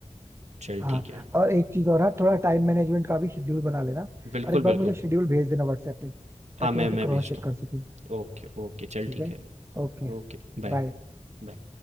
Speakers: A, on the right; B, on the right.
A: चल
B: हाँ
A: ठीक है।
B: और एक चीज और है थोड़ा टाइम मैनेजमेंट का भी शेड्यूल बना लेना
A: बिल्कुल,
B: और एक बार
A: बिल्कुल।
B: मुझे शेड्यूल भेज देना व्हाट्सएप पे
A: हाँ,
B: ताकि
A: मैं
B: मैं उसे
A: मैं
B: क्रॉस
A: भेज
B: चेक
A: दूँगा।
B: कर सकूं
A: Okay, okay. चल
B: ठीक
A: ठीक
B: है
A: है।
B: Okay
A: Okay, bye,
B: bye
A: बाय।